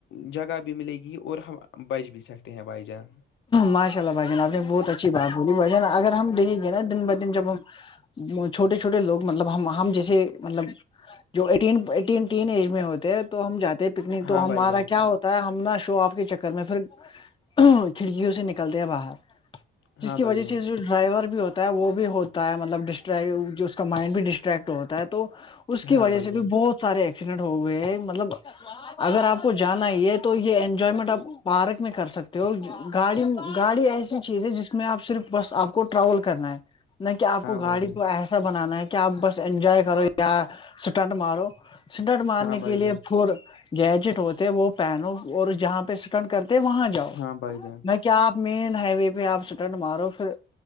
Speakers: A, on the left; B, on the left.
A: جگہ بھی ملے گی اور ہم بچ بھی سکتے ہیں بھائی جان
B: ماشاء اللہ بھائی جان آپ نے بہت اچھی بات بولی بھائیان اگر ہم دیکیں گے نا دن بہ دن جب ہم چھوٹے چھوٹے لوگ مطلب ہم ہم جیسے مطلب جو ایٹین ایٹین تین ایج میں ہوتے ہیں تو ہم جاتے پکنک تو
A: ہاں
B: ہمارا
A: بھائی جان
B: کیا ہوتا ہے ہم نا شو آپ کے چکر میں پھر کھڑکیوں سے نکلتے ہیں باہر جس
A: ہاں
B: کی
A: بھائی
B: وجہ
A: جان
B: سے جو ڈرائیور بھی ہوتا ہے وہ بھی ہوتا ہے مطلب ڈٹر اس کا مائنڈ بھی ڈسٹریکٹ ہوتا ہے تو اس کی
A: ہاں
B: وجہ
A: بھائی
B: سے
A: جان
B: بھی بہت سارے ایکسیڈنٹ ہو گئے ہیں مطلب اگر آپ کو جانا ہے یہ تو یہ انجوائمنٹ آپ پارک میں کر سکتے ہو گاڑی گاڑی ایسی چیز ہے جس میں آپ صرف بس آپ کو ٹراول کرنا ہے نہ کہ آپ
A: ہاں
B: کو گاڑی
A: بھائی جان
B: کو ایسا بنانا ہے کیا آپ بس انجوائے کرو یا سٹنٹ مارو سٹنٹ مارنے
A: ہاں بھائی
B: کے لیے
A: جان
B: پڈ گیجٹ ہوتے ہے وہ پینوں اور جہاں پہ اسٹنٹ کرتے وہاں جاؤ
A: ہاں بائی جائے
B: کیا آپ مین ہائی وے پہ آپ سٹر مارو پھر